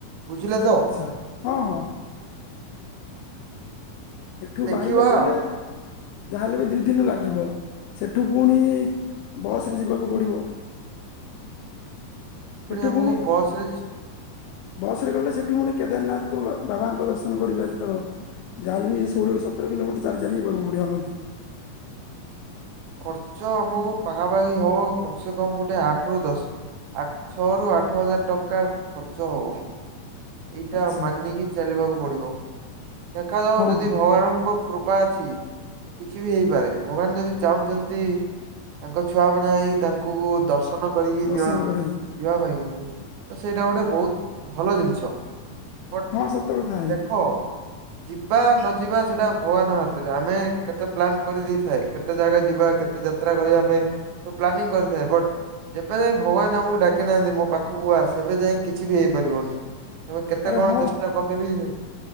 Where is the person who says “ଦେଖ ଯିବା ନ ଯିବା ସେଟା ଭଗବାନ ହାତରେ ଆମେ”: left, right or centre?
Right